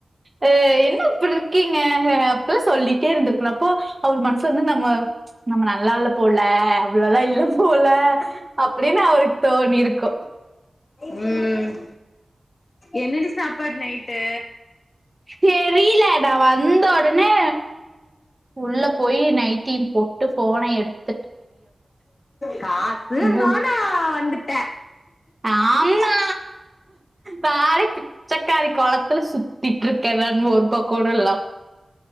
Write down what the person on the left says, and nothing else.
ம் என்னடி சாப்பாடு நைட்டு
காசுன்னோன
வந்துட்ட